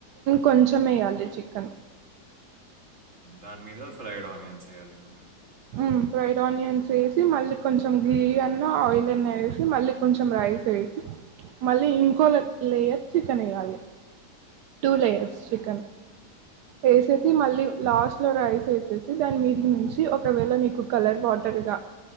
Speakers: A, on the right; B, on the right.
A: కొంచం ఏయాలె చికెన్
B: దాని మీద ఫ్రైడ్ ఆనియన్స్ ఎయ్యాలేమో కదా
A: మ్ ఫ్రైడ్ ఆనియన్స్ ఏసి మళ్ళీ కొంచెం గీ అన్నా ఆయిల్ అన్నా ఏసి మళ్ళీ కొంచెం రైస్ ఏ ఏసి మళ్ళీ ఇంకో లేయర్ చికెన్ ఏయాలి. టూ లేయర్స్
B: ఓకే
A: చికెన్ వేసేసి
B: మ్మ్.
A: మళ్ళీ లాస్ట్ లో రైస్ ఏసేసి దాని మీద నుంచి ఒకవేళ నీకు కలర్ వాటర్గా